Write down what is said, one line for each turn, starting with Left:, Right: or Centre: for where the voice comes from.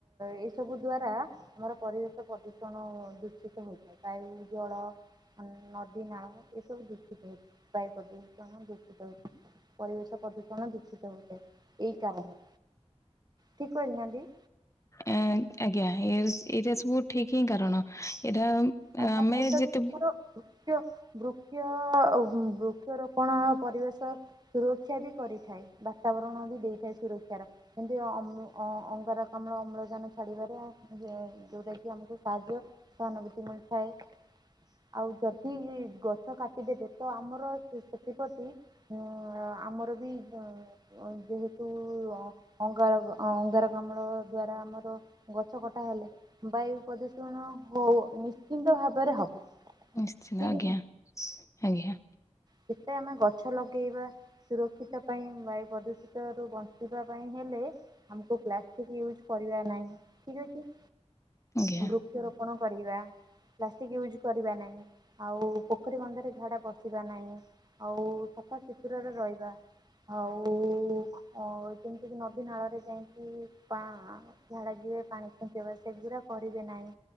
Right: ଏ ସବୁ ଦ୍ଵାରା ଆମର ପରିବେଶ ପ୍ରଦୂଷଣ ଦୂଷିତ ହୋଇଥାଏ ବାୟୁ, ଜଳ ନଦୀ ନାଳ ଏସବୁ ଦୂଷିତ ହେଇ ବାୟୁ ପ୍ରଦୂଷଣ ଦୂଷିତ ହେଉଛି। ପରିବେଶ ପ୍ରଦୂଷଣ ଦୂଷିତ ହଉଥାଏ ଏଇ କାରଣରେ, ଠିକ କହିନାହାନ୍ତି?
Left: ଏ ଆଜ୍ଞା ଏ ଏଇଟା ସବୁ ଠିକ ହିଁ କାରଣ ଏଇଟା
Right: ଆଉ କଣ
Left: ଆମେ
Right: କହୁଚନ୍ତି
Left: ଯେତେ
Right: କୁହନ୍ତୁ? ବୃକ୍ଷ ବୃକ୍ଷ ବୃକ୍ଷରୋପଣ ପରିବେଶ ସୁରକ୍ଷା ବି କରିଥାଏ ବାତାବରଣ ବି ଦେଇଥାଏ ସୁରକ୍ଷା ର। କିମତି ଅମ ଅଂ ଅଙ୍ଗାରକାମ୍ଳ ଅମ୍ଳଜାନ ଛାଡିବାରେ ଯୋଉଟା କି ଆମକୁ ସାହାଯ୍ୟ ସହାନୁଭୂତି ମିଳିଥାଏ। ଆଉ ଯଦି ଗଛ କାଟିଦେବେ ତ ଆମର ସେଥିପ୍ରତି ହୁଁ ଆମର ବି ଯୋ ଯେହେତୁ ଅଙ୍ଗାର ଅଙ୍ଗାରକାମ୍ଳ ଦ୍ଵାରା ଆମର ଗଛ କଟା ହେଲେ ବାୟୁ ପ୍ରଦୂଷଣ ହଉ ନିଶ୍ଚିନ୍ତ ଭାବରେ ହବ।
Left: ନିଶ୍ଚିତ
Right: ଠିକ
Left: ଆଜ୍ଞା ଆଜ୍ଞା।
Right: କେତେ ଆମେ ଗଛ ଲଗେଇବା? ସୁରକ୍ଷିତ ପାଇଁ ବାୟୁ ପ୍ରଦୂଷିତ ରୁ ବଞ୍ଚିବା ପାଇଁ ହେଲେ ଆମକୁ ପ୍ଲାଷ୍ଟିକ ୟୁଜ କରିବା ନାହିଁ ଠିକ ଅଛି।
Left: ଆଜ୍ଞା
Right: ବୃକ୍ଷରୋପଣ କରିବା। ପ୍ଲାଷ୍ଟିକ୍ ୟୁଜ୍ କରିବା ନାହିଁ ଆଉ ପୋଖରୀ ବନ୍ଧରେ ଝାଡ଼ା ବଶିବା ନାହିଁ। ଆଉ ସଫାସୁତୁରାରେ ରହିବା। ହଉ ଅ ଯେମିତିକି ନଦୀ ନାଳରେ ଯାଇକି ପା ଝାଡା ଯିବେ ପାଣି ଖିଞ୍ଚିବା ସେଗୁଡା କରିବେ ନାହିଁ